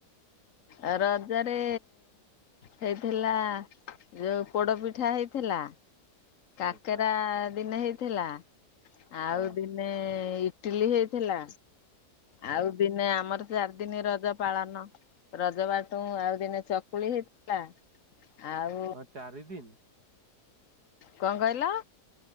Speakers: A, on the left (about 55°); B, on the right (about 75°).
A: ଆ ରଜରେ ହେଇଥିଲା ଯୋଉ ପୋଡ଼ ପିଠା ହେଇଥିଲା। କାକେରା
B: ଆଚ୍ଛା
A: ଦିନେ ହେଇଥିଲା। ଆଉ
B: ହଁ
A: ଦିନେ ଦିନେ ଇଟିଲି ହେଇଥିଲା।
B: ହଁ
A: ଆଉ ଦିନେ ଆମର ଚାରି ଦିନି ରଜ ପାଳନ। ରଜ ବା ତୁ ଆଉ ଦିନେ ଚକୁଳି ହେଇଥିଲା। ଆଉ
B: ହଁ ଚାରି ଦିନ।
A: କଁ କହିଲ?